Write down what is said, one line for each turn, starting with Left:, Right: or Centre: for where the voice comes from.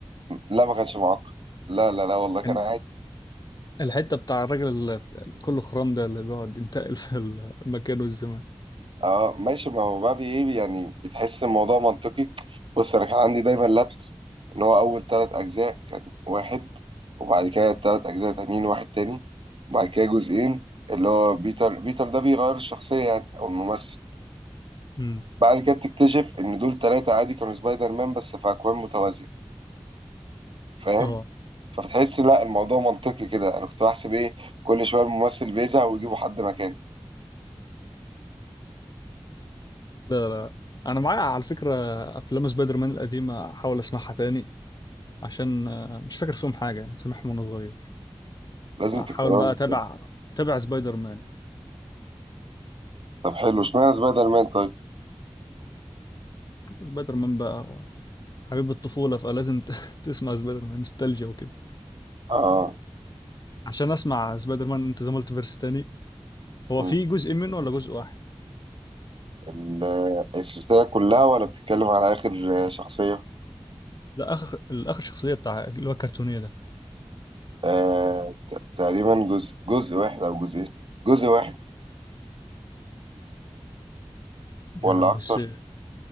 Right: لا ما كانش معقد لا لا لا والله كان
Left: كان الحتة بتاع الراجل اللي كله خرام ده اللي بيقعد ينتقل <laughs> في المكان والزمان
Right: اه ماشي ما هو بقى بي- ايه يعني بتحس الموضوع منطقي بص انا كان عندي دايما لبس ان هو اول ثلاث اجزاء كان واحد وبعد كده ثلاث اجزاء تانيين واحد تاني وبعد كده جزئين اللي هو بيتر بيتر ده بيغير الشخصية يعني او الممثل
Left: امم
Right: بعد كده تكتشف ان دول ثلاثة عادي كانوا سبايدر مان بس في اكوان متوازية فاهم
Left: اه
Right: فبتحس لا الموضوع منطقي كده انا كنت بحسب ايه كل شوية الممثل بيزهق ويجيبوا حد مكانه
Left: لا لا انا معايا على فكرة افلام سبايدر مان القديمة احاول اسمعها تاني عشان آه، مش فاكر فيهم حاجة سامعهم وانا صغير
Right: لازم
Left: احاول
Right: تكرروا
Left: بقى
Right: التاني
Left: اتابع تابع سبايدر مان
Right: طب حلو اشمعنى سبايدر مان طيب
Left: سبايدر مان بقى هو حبيب الطفولة فلازم ت- <laughs> تسمع سبايدر مان نوستالجيا وكده
Right: اه
Left: عشان اسمع سبايدر مان انت ذا مالتيفيرس تاني هو
Right: مم.
Left: في جزء منه ولا جزء واحد؟
Right: ال- السلسلة كلها ولا بتتكلم على آخر شخصية؟
Left: لا اخر الاخر شخصية بتاع اللي هو الكرتونية ده
Right: آه ت- تقريبا جزء جزء واحد أو جزئين جزء واحد
Left: مش
Right: ولا
Left: عارف بس
Right: أكتر؟